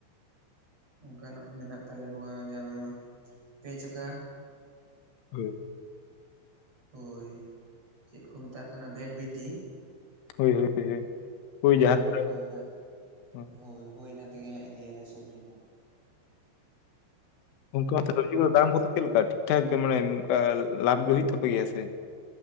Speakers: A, on the right; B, on the left.
A: ᱚᱱᱠᱟᱱᱟᱜ ᱢᱮᱱᱟᱜ ᱛᱟᱞᱮᱭᱟ ᱱᱚᱣᱟ ᱡᱟᱦᱟᱸ ᱯᱮ ᱪᱟᱠᱟ
B: ᱦᱩᱸ
A: ᱦᱳᱭ ᱪᱮᱫ ᱠᱚ ᱢᱮᱛᱟᱜ ᱠᱟᱱᱟ ᱵᱷᱮᱴᱵᱤᱴᱤ
B: ᱦᱳᱭ ᱦᱳᱭ
A: ᱦᱳᱭ
B: ᱳᱭ ᱡᱟᱦᱟᱸ
A: ᱦᱳᱭ
B: ᱛᱤᱱᱟᱹᱜ
A: ᱚᱱᱟ
B: ᱦᱮᱸ
A: ᱦᱳᱭ ᱦᱳᱭ ᱚᱱᱟ ᱛᱮᱜᱮ ᱤᱫᱤᱭᱟᱞᱮ ᱥᱚᱵᱡᱤ ᱫᱚ
B: ᱚᱱᱠᱟ ᱥᱚᱵᱽᱡᱤ ᱠᱚ ᱫᱟᱢ ᱠᱚᱫᱚ ᱪᱮᱫ ᱞᱮᱠᱟ ᱴᱷᱤᱠ ᱴᱷᱟᱠ ᱜᱮ ᱢᱟᱱᱮ ᱚᱱᱠᱟ ᱞᱟᱵᱷ ᱜᱮ ᱦᱩᱭᱩᱜ ᱛᱟᱯᱮ ᱜᱮᱭᱟ ᱥᱮ